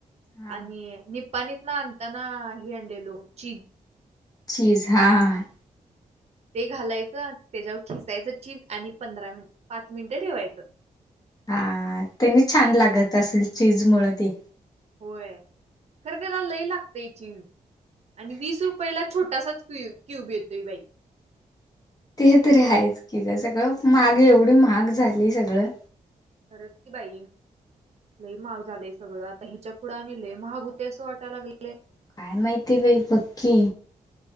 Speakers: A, on the left (about 25°); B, on the right (about 50°).
A: हा
B: आणि नि पाणीत ना आणताना ही आणलेलो चीन
A: चीज हां
B: ते घालायचं त्याच्यावर खेसायचं चीज आणि पंधरा मिन पाच मिनिटं ठेवायचं.
A: हा त्यांनी छान लागत असल चीज मुळे ते
B: होय. खरखर लई लाग ते चीज आणि वीस रुपयाला छोटासाच क्यूब, क्यूब येते बाई
A: ते तरी आहेच की ग सगळं महाग एवढी महाग झाली सगळं
B: खरंच की बाई लई महाग झालंय सगळं आता हिच्या पुढं आणलेय महाग होते असं वाटायला लागले
A: काय माहितीय बाई पक्की